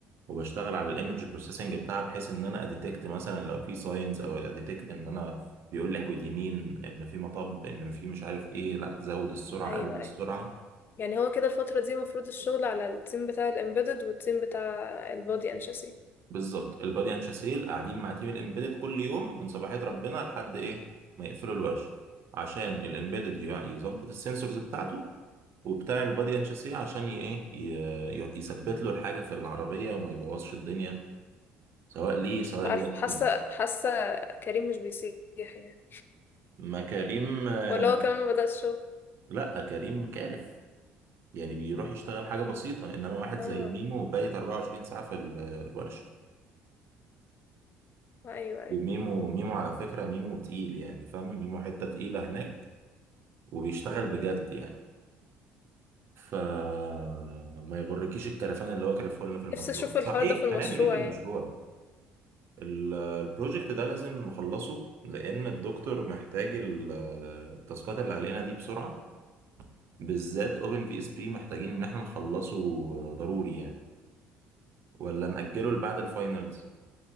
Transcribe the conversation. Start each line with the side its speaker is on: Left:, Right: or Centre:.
Right: وبشتغل على الايمج بروسيسنج بتاعها بحيث ان انا اديتكت مثلا لو في ساينز او اديتكت ان انا بيقول لي احود يمين ان في مطب ان في مش عارف ايه لا زود السرعه
Left: ايوه
Right: قلل السرعه
Left: ايوه يعني هو كده الفترة دي المفروض الشغل على التيم بتاع الامبيدد والتيم بتاع البودي انشاسي
Right: بالظبط البادي اند شاسيل قاعدين مع تيم الامبيدد كل يوم من صباحيه ربنا لحد ايه ما يقفلوا الورشه عشان الامبيدد يظبط السنسورز بتاعته وبتاع البادي اند شاسيه عشان ي- ايه ي- ي- يثبت له الحاجه في العربيه وما يبوظش الدنيا سواء ليه سواء
Left: عارف
Right: لوائل
Left: حاسة
Right: كمان
Left: حاسة كريم مش بيسيح يعني
Right: ما كريم آه،
Left: ولا هو كمان ما بدأش شغل
Right: لا كريم كارف يعني بيروح يشتغل حاجة بسيطة انما واحد
Left: اه
Right: زي ميمو بايت 24 ساعة في ال- الورشة
Left: ايوه ايوه
Right: وميمو ميمو على فكرة ميمو تقيل يعني فاهمة ميمو حتة تقيلة هناك وبيشتغل بجد يعني فما يغركيش الكرفان اللي هو كرفه لنا في المشروع
Left: نفسي اشوف الحوار
Right: صحيح
Left: ده في المشروع
Right: هنعمل ايه في المشروع
Left: يعني
Right: ال- البروجكت ده لازم نخلصه لان الدكتور محتاج ال- التاسكات اللي علينا دي بسرعة بالذات اوبن في اس بي محتاجين ان احنا نخلصه ضروري يعني ولا نأجله لبعد الفاينلز